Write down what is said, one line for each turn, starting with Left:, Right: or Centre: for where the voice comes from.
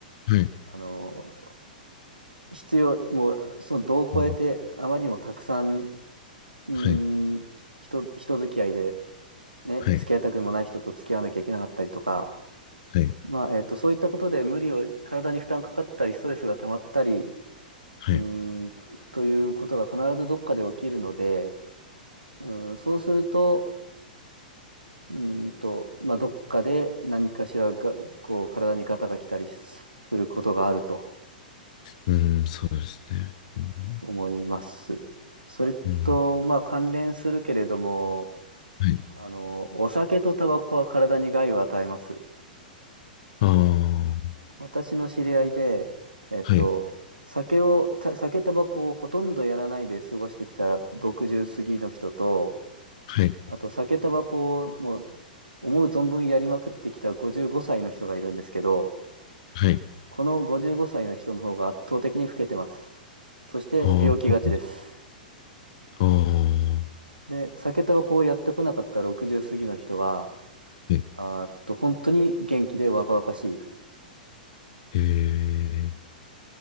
Left: はい。
Right: あの、必要、もう、その度を超えて、
Left: うん
Right: あまりにもたくさん、うー
Left: はい。
Right: ん、人、人付き合いで、ね、
Left: はい。
Right: 付き合いたくもない人と付き合わなきゃいけなかったりとか、
Left: はい。
Right: まあ、えっと、そういったことで無理を、体に負担かかったり、ストレスが溜まったり、
Left: はい。
Right: うーん、ということが必ずどっかで起きるので、うん、そうすると、うーんと、まあ、どっかで何かしらが、こう、体にガタが来たりすることがあると
Left: うん、うんそうですね。うん、
Right: 思います。それと、
Left: うん、
Right: まあ、関連するけれども、
Left: はい。
Right: あの、お酒とタバコは体に害を与えます。
Left: ああ、
Right: 私の知り合いで、えっと、
Left: はい。
Right: 酒を、た酒、タバコをほとんどやらないで過ごしてきた60過ぎの人と、
Left: はい。
Right: あと酒、タバコをもう思う存分やりまくってきた55歳の人がいるんですけど、
Left: はい。
Right: この55歳の人の方が圧倒的に老けてます。そして病気がちです。
Left: ああ、ああ、は
Right: で、酒、タバコをやってこなかった60過ぎの人は、
Left: い。
Right: あーっと、本当に元気で若々しい。
Left: え